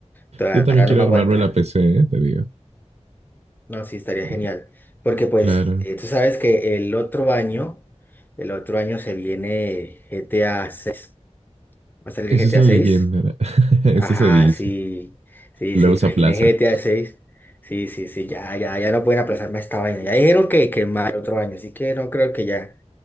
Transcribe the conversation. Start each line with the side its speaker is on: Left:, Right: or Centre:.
Left: Todavía
Right: Yo también quiero
Left: no me
Right: armarme
Left: aguanta.
Right: la PC, ¿eh? Te digo.
Left: No, sí, estaría
Right: Eh,
Left: genial. Porque pues
Right: claro.
Left: eh, tú sabes que el otro año, el otro año se viene G T A seis ¿Va a salir
Right: Esa
Left: G
Right: es
Left: T
Right: la
Left: A seis
Right: leyenda. <laughs> Eso
Left: Ajá,
Right: se dice.
Left: sí, sí,
Right: Luego
Left: sí,
Right: se
Left: viene
Right: aplaza.
Left: G T A seis Sí, sí, sí, ya, ya, ya no pueden aplazarme esta vaina. Ya dijeron que, que más el otro año, así que no creo que ya